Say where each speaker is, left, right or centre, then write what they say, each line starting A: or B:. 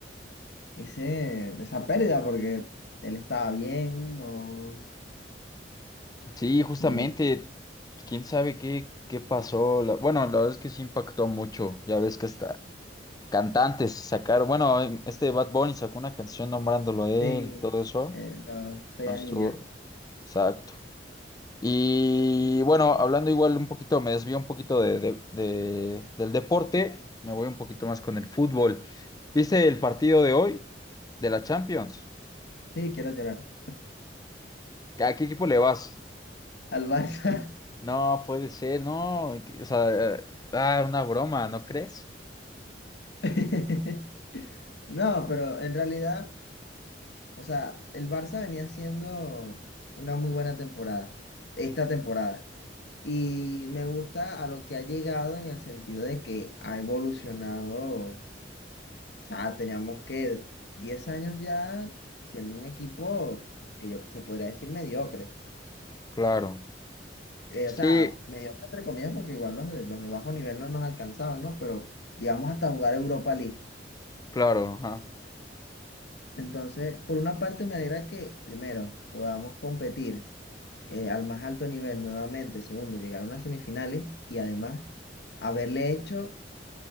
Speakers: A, on the left; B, on the left.
A: Ese, esa pérdida porque él estaba bien, no,
B: Sí, justamente,
A: no viene
B: quién sabe qué, qué pasó. La- bueno, la verdad es que sí impactó mucho. Ya ves que hasta cantantes sacaron, bueno, en- este Bad Bunny sacó una canción nombrándolo a él
A: sí
B: y todo eso.
A: eh, los seis
B: Entonces,
A: anillos.
B: estuvo- exacto. Y bueno, hablando igual un poquito, me desvío un poquito de, de- de- del deporte, me voy un poquito más con el fútbol. ¿Viste el partido de hoy de la Champions?
A: Sí, quiero llorar.
B: ¿A qué equipo le vas?
A: Al Barça.
B: No, puede ser, no. O sea, eh, ah, una broma, ¿no crees?
A: <laughs> No, pero en realidad, o sea, el Barça venía haciendo una muy buena temporada, esta temporada. Y me gusta a lo que ha llegado en el sentido de que ha evolucionado, o sea, teníamos que 10 años ya siendo un equipo que yo se podría decir mediocre.
B: Claro.
A: eh, o sea,
B: Sí,
A: mediocre entre comillas, porque igual los de, los de bajo nivel no nos alcanzaban, ¿no? Pero llegamos hasta jugar Europa League.
B: claro, ajá.
A: Entonces, por una parte me alegra que, primero, podamos competir eh, al más alto nivel nuevamente. Segundo, llegar a unas semifinales y además haberle hecho,